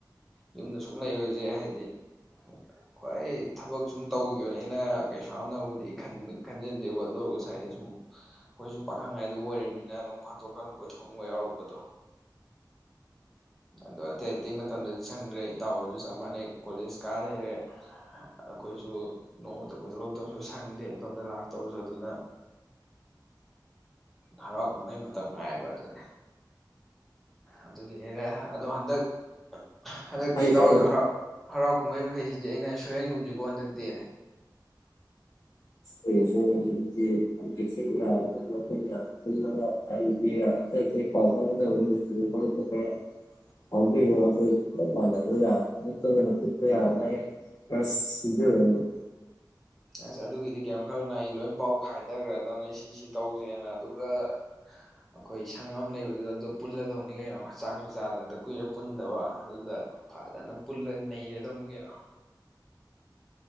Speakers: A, in the centre; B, on the left.
A: ꯌꯨꯝꯗ ꯁꯨꯝ ꯂꯩꯕꯁꯦ ꯍꯥꯏꯗꯤ <inaudible> ꯍꯣꯏ ꯊꯕꯛ ꯁꯨꯝ ꯇꯧꯈꯤꯕꯅꯦꯅ ꯀꯩꯁꯨꯌꯥꯝꯅꯕꯨꯗꯤ ꯈꯟꯕꯨꯗꯤ ꯈꯟꯖꯟꯗꯦ ꯑꯗꯨ ꯑꯣꯏꯔꯒ ꯍꯥꯏꯗꯤ ꯁꯨꯝ ꯑꯩꯈꯣꯏꯁꯨ ꯄꯥꯈꯪ ꯍꯥꯏꯗꯨ ꯑꯣꯏꯔꯤꯃꯤꯅ ꯅꯣꯡꯐꯥꯇꯣꯛ ꯀꯥꯡ ꯀꯣꯏꯊꯣꯛꯅꯤꯡꯕ ꯌꯥꯎꯔꯛꯄꯗꯣ ꯑꯗꯣ ꯑꯇꯩ ꯑꯇꯩ ꯃꯇꯝꯗꯗꯤ ꯁꯪꯗ꯭ꯔꯦ ꯏꯇꯥꯎ ꯍꯣꯏꯁꯨ ꯆꯞ ꯃꯥꯟꯅꯩ ꯀꯣꯂꯦꯖ ꯀꯥ ꯂꯩꯔꯦ ꯑꯩꯈꯣꯏꯁꯨ ꯅꯣꯡꯃꯇ ꯀꯣꯏꯊꯣꯔꯛꯇꯕꯁꯨ ꯁꯪꯗꯦ ꯑꯗꯣꯝꯗ ꯂꯥꯛꯇꯧꯁꯨ ꯑꯗꯨꯅ ꯍꯔꯥꯎ ꯀꯨꯝꯍꯩ ꯃꯇꯝ ꯉꯥꯏꯕ ꯑꯗꯨꯅꯦ ꯑꯗꯨꯒꯤꯅꯦꯗ ꯑꯗꯣ ꯍꯟꯗꯛ ꯍꯟꯗꯛꯇꯤ
B: ꯍꯥꯏꯌꯣ
A: ꯍꯔ
B: ꯍꯥꯏꯌꯣ
A: ꯍꯔꯥꯎ ꯀꯨꯝꯍꯩ ꯃꯈꯩꯁꯤꯗꯤ ꯑꯩꯅ ꯁꯣꯏꯍꯦꯟꯒꯨꯝꯕꯁꯤꯀꯣ ꯍꯟꯗꯛꯇꯤ
B: <unintelligible> <unintelligible> <unintelligible> ꯑꯁ <unintelligible>
A: ꯑꯁ ꯑꯗꯨꯒꯤꯗꯤ ꯀꯔꯤꯝ ꯈꯜꯂꯨꯅꯨ ꯑꯩ ꯂꯣꯏ ꯄꯥꯎ ꯍꯥꯏꯗꯈ꯭ꯔꯗꯧꯅꯤ ꯁꯤꯁꯤ ꯇꯧꯁꯦꯅ ꯑꯗꯨꯒ ꯑꯩꯈꯣꯏ ꯁꯪ ꯑꯃ ꯂꯩꯕꯗꯨꯗ ꯑꯗꯨ ꯄꯨꯜꯂꯗꯧꯅꯤ ꯀꯩꯅꯣ ꯆꯥꯛꯁꯨ ꯆꯥꯗ ꯑꯗ ꯀꯨꯏꯔꯦ ꯄꯨꯟꯗꯕ ꯑꯗꯨꯗ ꯐꯖꯅ ꯄꯨꯜꯂꯒ ꯅꯩꯔꯗꯧꯅꯤ ꯀꯩꯅꯣ